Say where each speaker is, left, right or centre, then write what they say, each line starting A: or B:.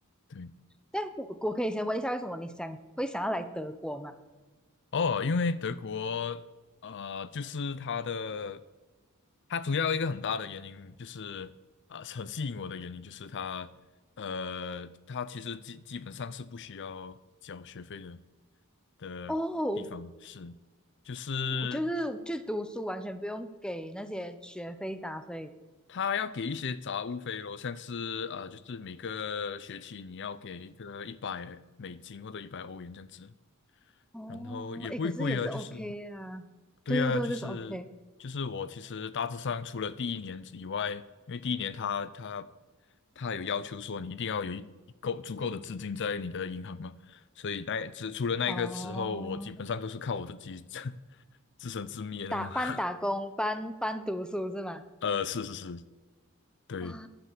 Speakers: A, on the left (about 55°); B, in the centre.
A: 对，
B: 但我我可以先问一下，为什么你想会想要来德国吗？
A: 哦，因为德国，呃，就是它的，它主要一个很大的原因就是，啊、很吸引我的原因就是它，呃，它其实基基本上是不需要缴学费的的地方，
B: 哦，
A: 是，就是
B: 就是去读书完全不用给那些学费打费。
A: 它要给一些杂物费咯，像是啊、呃就是每个学期你要给一个一百美金或者一百欧元这样子。
B: 哦，
A: 然后也不会贵啊，
B: 哎，可是也是 OK
A: 就是，
B: 啊，
A: 对啊，
B: 对哦，对哦，
A: 就是就是我其实大致上除了第一年以外，
B: 就是 OK。
A: 因为第一年他他他有要求说你一定要有一一够足够的资金在你的银行嘛，所以那只除了那个时候，
B: 哦，
A: 我基本上都是靠我自己 <laughs> 自自生自灭的嘛。
B: 打半打工，
A: <laughs>
B: 半半读书是吗？
A: 呃，是是是，对，
B: 哇，